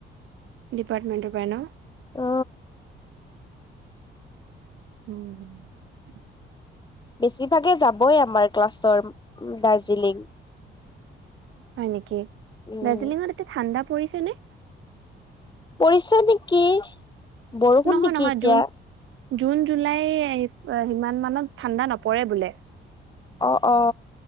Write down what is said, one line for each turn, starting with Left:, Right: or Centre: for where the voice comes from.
Right: ডিপাৰ্টমেণ্টৰ পাই ন।
Left: অ
Right: <unintelligible>
Left: বেছিভাগে যাব বই আমাৰ ক্লাছৰ দাৰ্জিলিং
Right: হয় নেকি।
Left: উম
Right: দাৰ্জিলিঙৰ এতিয়া ঠাণ্ডা পৰিছে নে
Left: পৰিছে নেকি বৰষুণ
Right: নহয়
Left: নেকি
Right: নহয়
Left: এতিয়া
Right: জুন
Left: ।
Right: জুন জুলাই সিমান মানত ঠাণ্ডা নপৰে বোলে
Left: অ অ